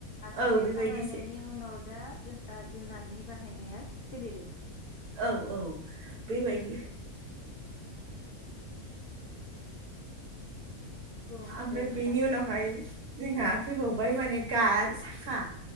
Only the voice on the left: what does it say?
आथिं
दे
थाबायनायनि उनाव जा जोंफ्रा जुनारनि बाहायनाया सोलिदों
बुं
दे नोंथां
ओ